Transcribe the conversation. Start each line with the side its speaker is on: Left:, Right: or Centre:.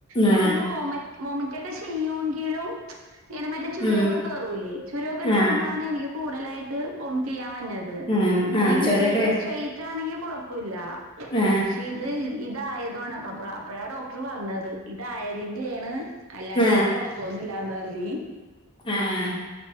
Left: ആ
Right: ഞാൻ ഇങ്ങനെ വോമ്മറ്റൊ വോമോറ്റൊക്കെ ചെയ്യോങ്കിലും ഇങ്ങനെ മറ്റേ ചുരൊക്കെ
Left: ഉം
Right: കേറൂലേ ചുരൊക്കെ കെറുമ്പോഴാണ്
Left: ആ
Right: എനിക്ക് കൂടുതലായിട്ട് ഓമൈറ്റ് ചെയ്യാൻ വന്നത്
Left: ആ
Right: അല്ലെങ്കിൽ
Left: ആ ചൊരൊക്കെ
Right: നേരെ സ്ട്രൈറ്റ് ആണെങ്കിൽ കുഴപ്പല്ല
Left: ആ
Right: പഷെ ഇത് ഇത് ഇതായതാണ് അപ്പ അപ്പഴാ ഡോക്ടർ പറഞ്ഞത് ഇതായതിന്റെണ് അല്ലാണ്ട്
Left: ആ
Right: വേറെ കൊഴപ്പൊന്നില്ലാന്ന് പറീഞ്ഞ്
Left: ഏഹ്